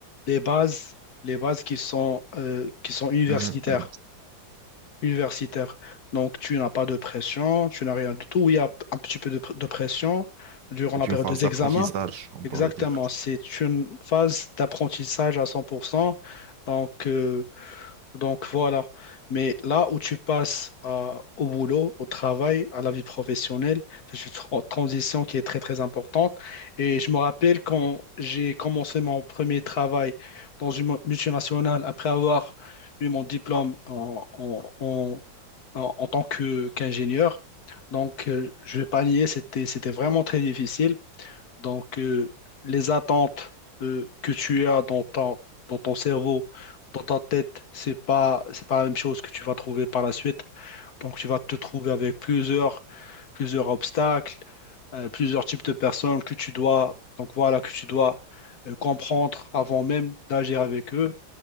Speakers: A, on the left; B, on the right.
A: les bases les bases qui sont euh, qui sont universitaires
B: Mhm, mhm.
A: universitaires donc tu n'as pas de pression tu n'as rien du tout Oui, il y a un petit peu de, pr- de pression durant
B: C'est
A: la période
B: une phase
A: des
B: d'apprentissage,
A: examens
B: on
A: exactement
B: pourrait dire.
A: c'est une phase d'apprentissage à cent pour cent donc euh, donc voilà. Mais là où tu passes à- au boulot, au travail, à la vie professionnelle, c'est une tra- transition qui est très très importante. Et je me rappelle quand j'ai commencé mon premier travail dans une mo- multinationale, après avoir eu mon diplôme en, en, en, en- en tant que qu'ingénieur. Donc euh, je vais pas nier, c'était c'était vraiment très difficile. Donc, euh, les attentes euh, que tu as dans ton, dans ton cerveau, dans ta tête, c'est pas, c'est pas la même chose que tu vas trouver par la suite. Donc, tu vas te trouver avec plusieurs, plusieurs obstacles, euh, plusieurs types de personnes que tu dois, donc voilà, que tu dois euh, comprendre avant même d'agir avec eux.